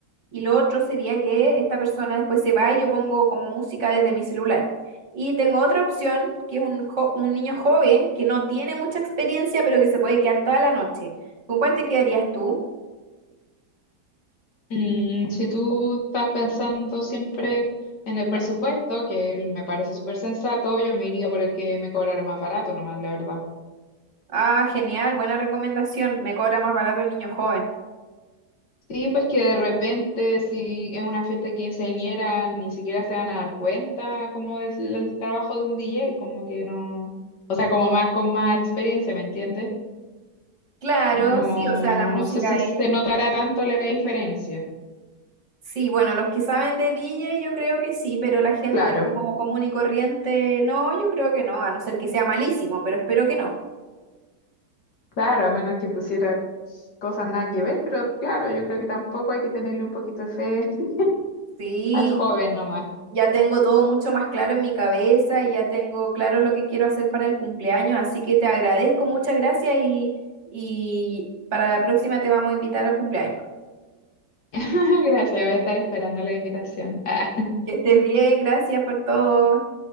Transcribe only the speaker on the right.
Y lo otro sería que esta persona después se va y yo pongo como música desde mi celular. Y tengo otra opción, que es un, jo- un niño joven que no tiene mucha experiencia, pero que se puede quedar toda la noche. ¿Con cuál te quedarías tú?
Ah, genial, buena recomendación. Me cobra más barato el niño joven.
Claro,
sí, o sea, la música
es...
Sí, bueno, los que saben de D J yo creo que sí, pero la gente
como común y corriente, no, yo creo que no, a no ser que sea malísimo, pero espero que no.
Sí,
ya tengo todo mucho más claro en mi cabeza y ya tengo claro lo que quiero hacer para el cumpleaños, así que te agradezco, muchas gracias y, y para la próxima te vamos a invitar al cumpleaños.
Que estés bien, gracias por todo.